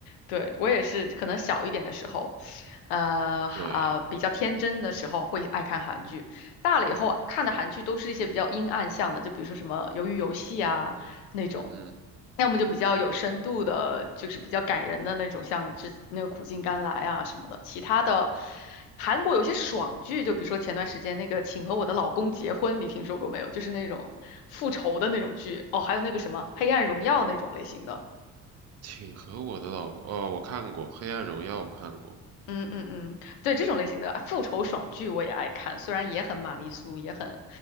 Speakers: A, on the left; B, on the right.
A: 对，我也是，可能小一点的时候，呃啊、
B: 对，
A: 比较天真的时候会爱看韩剧，大了以后看的韩剧都是一些比较阴暗向的，就比如说什么《鱿鱼游戏》啊那种，
B: 嗯嗯，
A: 要么就比较有深度的，就是比较感人的那种，像之那个《苦尽甘来》啊什么的。其他的韩国有些爽剧，就比如说前段时间那个《请和我的老公结婚》，你听说过没有？就是那种复仇的那种剧哦，还有那个什么《黑暗荣耀》那种类型的。
B: 请和我的老公，哦，我看过《黑暗荣耀》，我看过，
A: 嗯嗯嗯，对这种类型的啊复仇爽剧我也爱看，虽然也很玛丽苏，也很，